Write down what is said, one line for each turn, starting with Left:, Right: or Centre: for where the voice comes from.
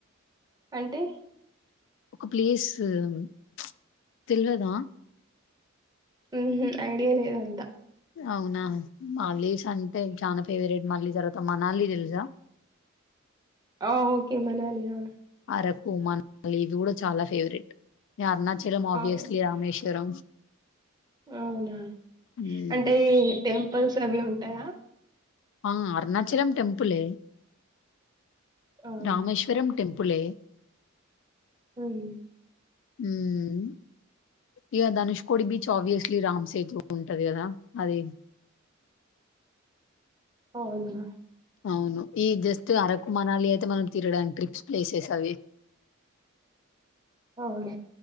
Right: అంటే
Left: ఒక ప్లేస్ ఉమ్చ్ తెల్వదా
Right: ఉహు ఐడియా లేదు అంతా
Left: అవునా మాల్దీవ్స్ అంటే చాలా ఫేవరెట్, మళ్ళీ తర్వాత మనాలి తెలుసా.
Right: ఆ ఓకే మనాలి ఆ
Left: అరకు, మనాలి ఇది కూడా చాలా ఫేవరెట్ అరుణాచలం, ఆబ్వియస్లీ
Right: అవును
Left: రామేశ్వరం.
Right: అవునా
Left: హ్మ్.
Right: అంటే టెంపుల్స్ అవి ఉంటాయా.
Left: ఆ అరుణాచలం టెంపులే
Right: అవునా
Left: రామేశ్వరం టెంపులే
Right: హ్మ్మ్
Left: ఉమ్ ఇక ధనుష్కోడి బీచ్, ఆబ్వియస్లీ రామ్ సేతు ఉంటది కదా అది.
Right: అవునా
Left: అవును ఈ జస్ట్ అరకు, మనాలి అయితే మనం తరడానికి ట్రిప్స్ ప్లేసెస్ అవి.
Right: అవున,